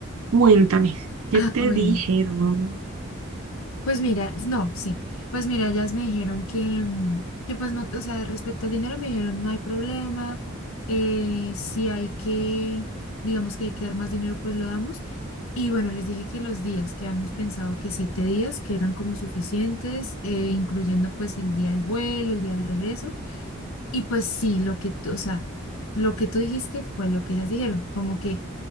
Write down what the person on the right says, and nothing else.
Cuéntame, ¿qué
te
dijeron?